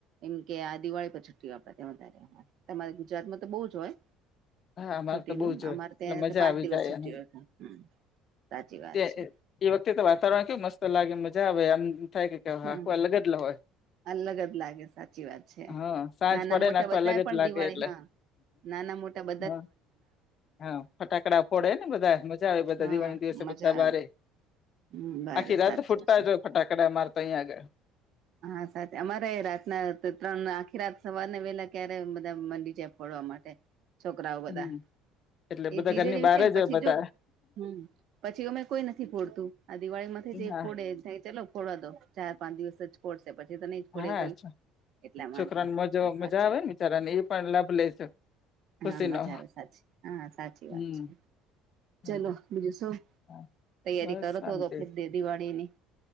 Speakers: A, on the right; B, on the left.
A: એમ કે આ દિવાળી પર છુટ્ટી આપે ત્યાં વધારે હાં તમારે ગુજરાતમાં તો બઉ જ હોય.
B: હા અમારે
A: છુટીનું
B: તો બહુ જ હોય
A: અમારે
B: એટલે
A: ત્યાં
B: મજા
A: પાંચ
B: આવી
A: દિવસ
B: જાય
A: છુટ્ટી
B: હમ.
A: હોય છે. હ સાચી વાત
B: તે
A: છે.
B: એ વખતે તો વાતાવરણ કેવુ મસ્ત લાગે મજા આવે આમ થાય કે આખું
A: હમ
B: અલગ જ લ હોય.
A: અલગ જ લાગે સાચી વાત છે.
B: હા સાંજ
A: નાના
B: પડે
A: મોટા
B: ને આખું
A: બધા
B: અલગ
A: પણ
B: જ લાગે
A: દિવાળી
B: એટલે
A: હા નાના મોટા બ
B: હા હા ફટાકડા ફોડે ને બધા મજા આવે બધા
A: હા
B: દિવાળીને દિવસે
A: મજા
B: બધા બારે.
A: આવે હમ બારે
B: આખી રાત
A: સાચું
B: ફુટતા
A: છે
B: જ હોય ફટાકડા અમારે ત અઈયા આગળ.
A: હા સાચી અમારેય રાતના ત ત્રણ આખી રાત સવારને વેલા ક્યારે બધા માંડી જાય. ફોડવા માટે છોકરાઓ બધા.
B: હમ એટલે
A: એ
B: બધા
A: જીજ
B: ઘરની
A: એવી
B: બહાર
A: છે ને
B: જ
A: પછી
B: હોય બધા
A: જો હમ પછી ઓમે કોઈ નથી ફોડતું. આ દિવાળીમાંથી જે
B: હા
A: ફોડે તઈ ચલો ફોડવા દો. ચાર પાંચ દિવસ જ ફોડશે. પછી તો નય જ ફોડે
B: હા
A: કોઈ. એટલા
B: છોકરાને
A: માટે
B: મજા
A: સાચી
B: મજા આવે ને બિચારાને એ પણ લાભ લે. ખુશી
A: હા મજા
B: નો
A: આવે સાચી હા સાચી
B: હમ
A: વાત છે.
B: હા
A: ચલો બીજું શું
B: હા,
A: તૈયારી
B: બસ
A: કરો
B: શાંતિ
A: તો તો ફીર દે દિવાળીની